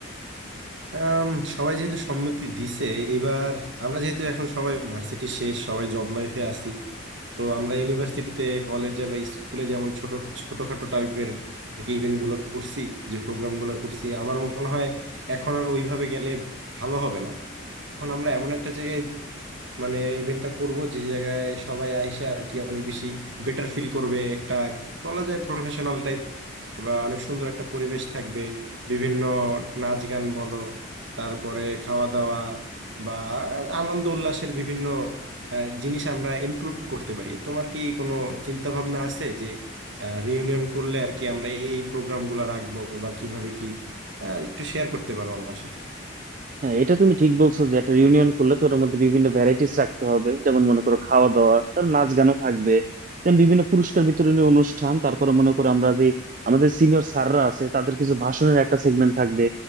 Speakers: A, on the right; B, on the right.
A: আম, সবাই যেহেতু সম্মতি দিছে এবার আমরা যেহেতু এখন সবাই ভার্সিটি শেষ সবাই জব লাইফে আছি তো আমরা ইউনিভার্সিটিতে কলেজে বা স্কুলে যেমন ছোট ছোটখাটো টাইপের ইভেন্ট গুলো করছি যে প্রোগ্রাম গুলো করছি আমার মনে হয় এখন আর ওইভাবে গেলে ভালো হবে না এখন আমরা এমন একটা জায়গায় মানে ইভেন্টটা করব যে জায়গায় সবাই আইসে আর কি অনেক বেশি বেটার ফিল করবে একটা বলা যায় প্রফেশনাল টাইপ বা অনেক সুন্দর একটা পরিবেশ থাকবে বিভিন্ন নাচ গান বলো তারপরে খাওয়া দাওয়া বা আনন্দ উল্লাসের বিভিন্ন আহ, জিনিস আমরা ইনক্লুড করতে পারি তোমার কি কোনো চিন্তা ভাবনা আছে যে রিউনিয়ন করলে আর কি আমরা এই প্রোগ্রামগুলো রাখবো বা কিভাবে কি আহ, একটু শেয়ার করতে পারো আমার সাথে
B: হ্যাঁ এটা তুমি ঠিক বলছো যে একটা রিউনিয়ন করলে তো ওটার মধ্যে বিভিন্ন ভ্যারাইটিস রাখতে হবে যেমন মনে করো খাওয়া দাওয়া তার নাচ গানও থাকবে দেন বিভিন্ন পুরস্কার বিতরণী অনুষ্ঠান তারপরে মনে করো আমরা যে আমাদের সিনিয়র স্যাররা আছে তাদের কিছু ভাষণের একটা সেগমেন্ট থাকবে